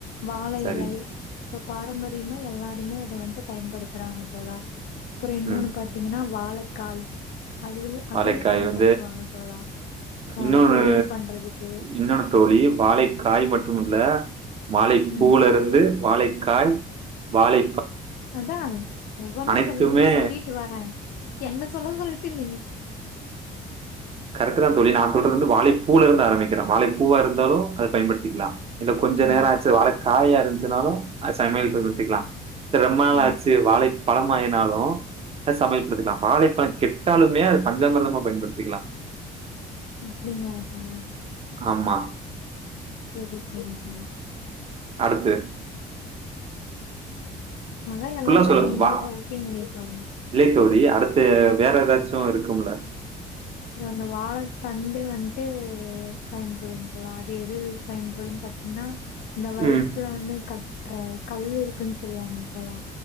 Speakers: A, on the left; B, on the right.
A: வாழை
B: சரி.
A: எலை இப்ப பாரம்பரியமா எல்லாருமே அத வந்ட்டு பயன்படுத்துறாங்க தோழா அப்றோ இன்னொன்னு
B: ம்.
A: பாத்தீங்கனா வாழக்காய் அதுலவு அதுவு
B: வாழைக்காய்
A: பயன்படுத்துவாங்க
B: வந்து
A: தோழா அ
B: இன்னொன்னு
A: பொரியல் பண்றதுக்கு.
B: இன்னொன்னு தோழி வாழைக்காய் மட்டுமல்ல வாழை
A: ம்
B: பூல இருந்து வாழைக்காய் வாழை
A: அதா ஒவ்வொன்னா
B: அனைத்துமே
A: சொல்றீஸ் சொல்லிட்டு வரேன் என்ன சொல்ல சொல்ட்டு நீங்க
B: கரெக்ட்டுதா தோழி நா சொல்றது
A: ம்,
B: வந்து வாழைப்பூல இருந்து ஆரம்பிக்கிறோ வாழைப்பூவா இருந்தாலு அத பயன்படுத்திக்கலா இதுல கொஞ்ச
A: ம்,
B: நேரோ ஆச்சு வாழைக்காயா இருந்துச்சுனாலு அத சமையலுக்கு பயன்படுத்திக்கலா ரொம்ப நாளாச்சு
A: ம்.
B: வாழை பழமாயினாலு அத சமையல்படுத்திக்கலா வாழைப்பழோ கெட்டாலுமே அது பஞ்சாமிரதமா பயன்படுத்திக்கலா
A: அப்டிங்ளா தோழா
B: ஆமா
A: செரி செரி வா
B: அடுத்து
A: அதா எல்லாமே
B: ஃபுல்லா சொல்ல
A: நீங்ளே
B: வா
A: சொல்ட்டீங்ளே தோழா
B: இல்ல தோழி அடுத்து வேற எதாச்சு இருக்குமல்ல
A: அந்த வாழைத்தண்டு வந்ட்டு பயன்படும் தோழா அது எது பயன்படும்ன்னு பாத்தீங்கனா இந்த வயித்துல
B: ம்
A: வந்து க அ கல் இருக்குனு சொல்லுவாங்க இப்பல்லா